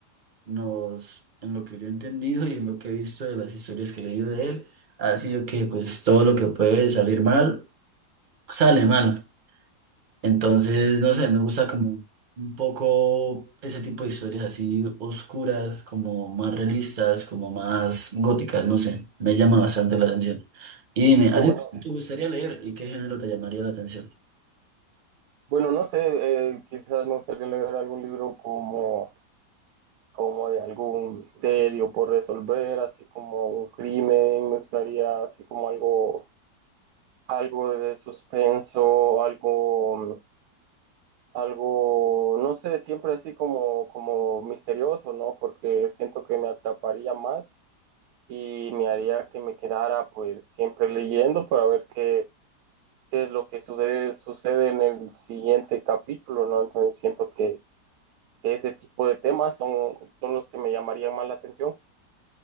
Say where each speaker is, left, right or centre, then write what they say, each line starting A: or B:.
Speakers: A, on the right (about 35°); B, on the right (about 75°).
A: Nos, en lo que yo he entendido y en lo que he visto de las historias que he leído de él, ha sido que pues todo lo que puede salir mal, sale mal. Entonces, no sé, me gusta como un poco ese tipo de historias así oscuras, como más realistas, como más góticas, no sé, me llama bastante la atención. Y dime, ¿a
B: Qué
A: ti
B: bueno.
A: Sí. te gustaría leer y qué género te llamaría la atención?
B: Bueno, no sé, eh, quizás me gustaría leer algún libro como, como de algún misterio por resolver, así como un crimen, me gustaría así como algo, algo de suspenso, algo, algo, no sé, siempre así como, como misterioso, ¿no? Porque siento que me atraparía más y me haría que me quedara pues siempre leyendo para ver qué, qué es lo que sucede, sucede en el siguiente capítulo, ¿no? Entonces siento que que ese tipo de temas son, son los que me llamarían más la atención.